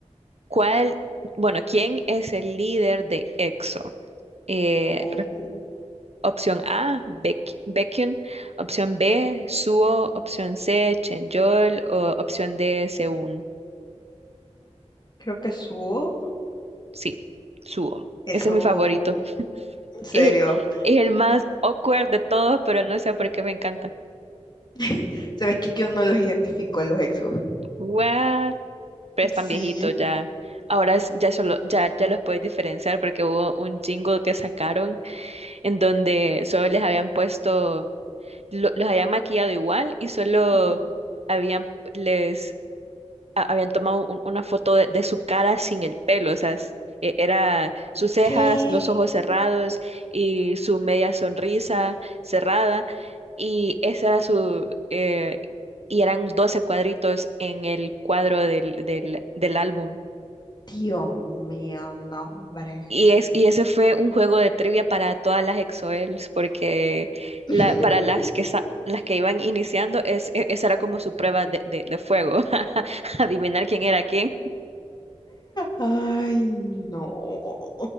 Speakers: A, on the right; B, on the left.
A: ¿cuál, bueno, quién es el líder de EXO? Eh,
B: Oh,
A: Opción A, Bec- Baekhyun. Opción B, Suho. Opción C, Chenyeol. O opción D, Seun.
B: creo que subo.
A: Sí, Suho.
B: Eso,
A: Ese es mi favorito.
B: en serio.
A: Es el, es el más awkward de todos, pero no sé por qué me encanta.
B: <laughs> Sabes que yo no los identifico a los exos.
A: What? Pero están
B: Sí.
A: viejitos ya. Ahora es- ya solo, ya, ya los puedes diferenciar porque hubo un jingle que sacaron en donde solo les habían puesto, lo- los habían maquillado igual y solo
B: Ujú.
A: habían les a- habían tomado un- una foto de, de su cara sin el pelo, o sea, es- e- era sus cejas,
B: ¿Qué?
A: los ojos cerrados y su media sonrisa cerrada, y esa era su, eh, y eran 12 cuadritos en el cuadro del, del, del álbum.
B: Dios mío, nombre.
A: Y, es, y ese fue un juego de trivia para todas las EXO-Ls, porque
B: <laughs>
A: la, para las que, sa- las que iban iniciando, es, e- esa era como su prueba de, de, de fuego, <laughs> adivinar quién era quién.
B: Ay, no,